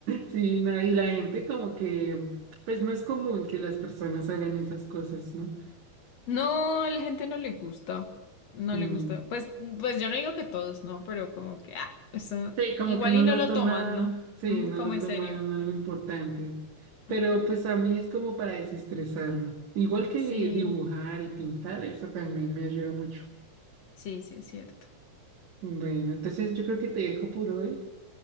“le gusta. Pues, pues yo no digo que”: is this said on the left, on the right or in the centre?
Left